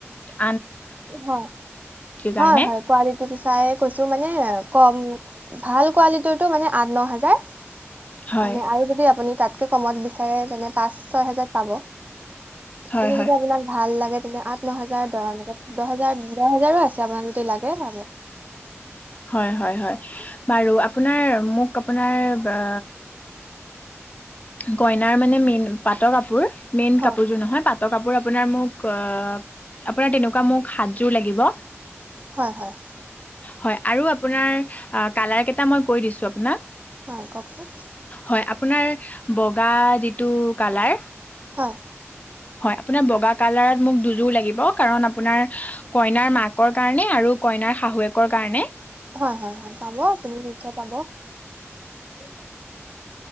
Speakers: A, on the left; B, on the right.
A: উ <inaudible>
B: হয়-হয়-হয়
A: কাৰণে
B: কোৱালিটিটো চাই কৈছো মানে কম। ভাল কোৱালিটিৰতটো মানে আঠ ন হাজাৰ
A: হয়
B: মানে আৰু যদি আপুনি তাট কে কমত বিচাৰে তেনে পাঁচ ছয় হেজাৰত পাব
A: হয়
B: এটো
A: হয়
B: যদি আপোনাক ভাল লাগে। এনে আঠ ন হেজাৰ দহ এনেকে দহ হেজাৰ দহ হেজাৰো আছে আপোনাক যদি লাগে পাব।
A: <inaudible> হয়-হয়-হয় বাৰু আপোনাৰ মোক আপোনাৰ বা কইনাৰ মানে মেইন পাটৰ কাপোৰ মেইন
B: হয়,
A: কাপোৰযোৰ নহয় পাত ৰ কাপোৰ আপোনাৰ মোক আপোনাৰ তেনেকুৱা মোক সাতযোৰ লাগিব।
B: হয়-হয়।
A: হয় আৰু আপোনাৰ কালাৰ কেইটা মই কৈ দিছো আপোনাক।
B: হয় কওকচোন
A: হয় আপোনাৰ বগা যিটো কালাৰ
B: হয়,
A: হয় আপোনাৰ বগা কালাৰত। মোক দুযোৰ লাগিব কাৰণ আপোনাৰ কইনাৰ মাকৰ কাৰণে আৰু কইনাৰ শাহুৱেকৰ কাৰণে।
B: হয়-হয়-হয় পাব আপুনি নিশ্চয় পাব।
A: স <inaudible>